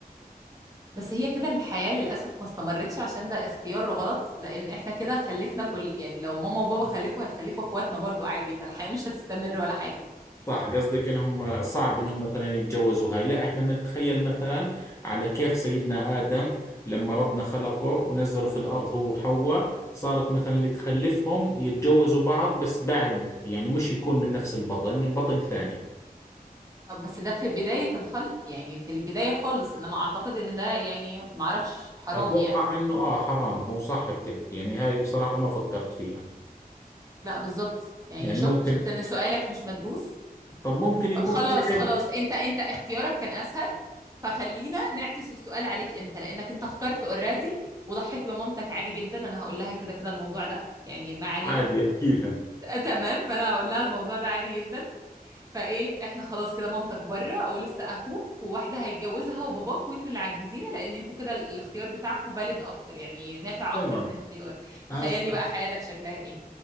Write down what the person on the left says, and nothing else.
صح قصدك إنهم صعب إنهم مثلا يتجوزوا هاي لا إحنا بنتخيل مثلا على كيف سيدنا آدم لما ربنا خلقه ونزله في الأرض هو وحواء صارت مثلا اللي تخلفهم يتجوزوا بعض بس بعد يعني مش يكون من نفس البطن من بطن ثاني
أتوقع
إنه آه حرام هو صح بتحكي يعني هاي بصراحة ما فكرت فيها
يعني
ممكن
طب ممكن يكون
في علم
عادي أحكي لها
تمام
هسا